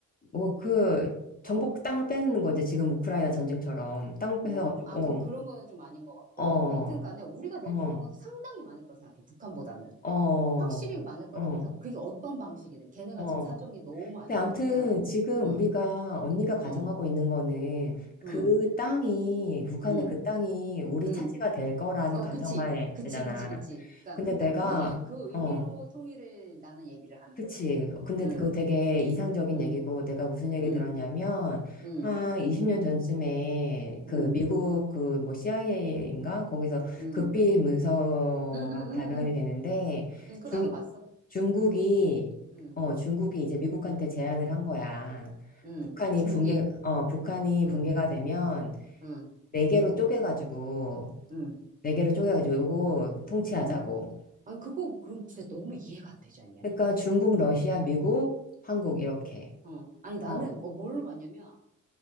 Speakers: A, on the left; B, on the right.
A: 뭐 그
B: 어,
A: 정복 땅을 빼는 거지. 지금 우크라이나 전쟁처럼 땅
B: 어,
A: 뺏어가지고,
B: 아, 그, 그런 거는 좀 아닌 것 같고.
A: 어, 어,
B: 뭐 하여튼 간에 우리가 낼
A: 어,
B: 비용은 상당히 많을 거라 생각해. 북한보다는.
A: 어,
B: 확실히 많을 거라고
A: 어.
B: 생각해. 그게 어떤 방식이든. 걔네가
A: 어.
B: 지금 사정이 너무 안
A: 근데
B: 좋으니까.
A: 아무튼 지금
B: 응,
A: 우리가 언니가 가정하고
B: 응,
A: 있는 거는 그
B: 응,
A: 땅이 북한의
B: 응,
A: 그 땅이 우리
B: 응.
A: 차지가 될 거라는
B: 어,
A: 가정하에잖아.
B: 그치. 그치, 그치, 그치. 그니까,
A: 근데
B: 그니까
A: 내가
B: 그, 이- 그 의미로
A: 어
B: 통일을 나는 얘기를 하는
A: 그치.
B: 거지.
A: 근데
B: 응,
A: 그거 되게 이상적인
B: 응,
A: 얘기고 내가 무슨 얘기
B: 응,
A: 들었냐면
B: 응,
A: 한 20년 전쯤에 그
B: 응,
A: 미국 그 뭐 CIA인가 거기서
B: 응,
A: 극비 문서가
B: 응, 응, 응,
A: 발견이
B: 응.
A: 되는데
B: 응 그거
A: 중
B: 나도 봤어.
A: 중국이,
B: 응,
A: 어, 중국이 이제 미국한테 제안을 한 거야.
B: 응,
A: 북한이
B: 중국이.
A: 붕괴, 어, 북한이
B: 응,
A: 붕괴가 되면
B: 응,
A: 네 개로 쪼개가지고,
B: 응,
A: 네 개로 쪼개가지고 통치하자고.
B: 응. 아니, 그거, 그 진짜 너무 이해가 안 되지 않냐?
A: 그러니까 중국, 러시아, 미국, 한국 이렇게.
B: 어. 아니, 나는,
A: 어,
B: 어, 뭘로 봤냐면,